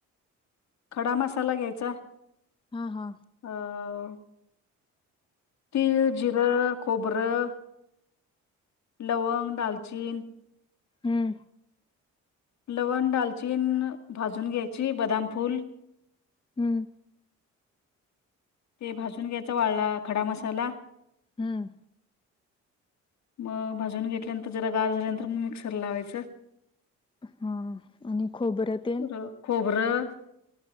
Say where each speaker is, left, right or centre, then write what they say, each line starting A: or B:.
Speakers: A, on the left; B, on the left.
A: खडा मसाला घ्यायचा
B: हा हा.
A: अ तिळ जिर खोबरं लवंग दालचीन
B: हम्म
A: लवंग दालचीन भाजून घ्यायची बदाम फूल
B: हम्म
A: ते भाजून घ्यायचं वाळला खडा मसाला
B: हम्म
A: मग भाजून घेतल्यानंतर जरा गार झाल्यानंतर मग मिक्सर लावायचं
B: हा आणि खोबरं तेन
A: र खोबरं.